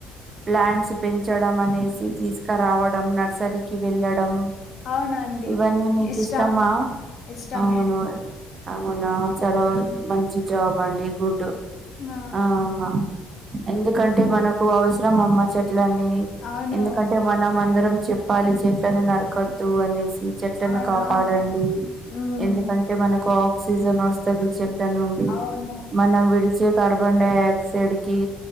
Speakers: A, on the right; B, on the left.
A: ప్లాంట్స్ పెంచడం అనేసి తీసుకురావడం నర్సరీకి వెళ్ళడం
B: అవునండి
A: ఇవన్నీ మీకు
B: ఇష్టం
A: ఇష్టమా
B: ఇష్టమే
A: అవును
B: అండి
A: అవునా అచ రోజ్
B: హ్మ్.
A: మంచి జాబ్ అండి గుడ్
B: ఆ
A: ఆహా ఎందుకంటే మనకు అవసరం అమ్మ చెట్లన్నీ
B: అవును
A: ఎందుకంటే మనం అందరం నూ చెప్పాలి చెట్లనూ నరకొద్దు అనేసి చెట్లను
B: అవును
A: కాపాడండి
B: అవును ఉమ్
A: ఎందుకంటే మనకు ఆక్సిజన్ వస్తుంది చెట్ ట్లా నుండి
B: అవును
A: మనం విడిచే కార్బన్ డై ఆక్సైడ్ కి